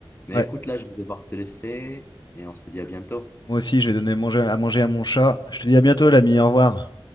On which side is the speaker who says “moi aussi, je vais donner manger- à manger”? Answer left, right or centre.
Left